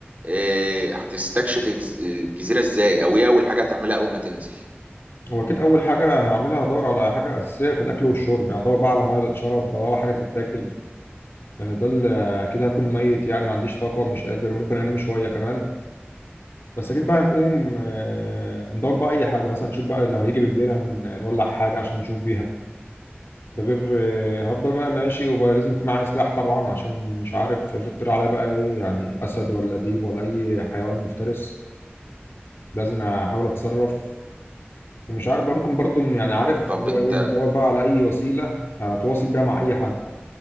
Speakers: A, on the right; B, on the left.
A: آه، هتستكشف الز- الجزيره ازاي او ايه اول حاجه هتعملها اول ما تنزل
B: هو اكيد اول حاجه هعملها هدور على حاجه اساسيه في الاكل والشرب يعني ادور بقى على ميه تتشرب بدور على حاجه تتاكل لان ده اللي كده هكون ميت يعني ما عنديش طاقه مش قادر ممكن انام شويه كمان بس اكيد بقى هنقوم آه، ندور بقى اي حاجه مثلا نشوف بقى لو هيجي بالليل هن- هنولع حاجه عشان نشوف بيها ده غير آه، هفضل بقى ماشي وبقى لازم يكون معايا سلاح طبعا عشان مش عارف افرض طلع عليا بقى ايه يعني اسد ولا ديب ولا اي حيوان مفترس لازم احاول اتصرف ومش عارف بقى ممكن برضو إن- يعني عارف
A: طب
B: اللي هو
A: انت
B: ايه ادور بقى على اي وسيله اتواصل بيها مع اي حد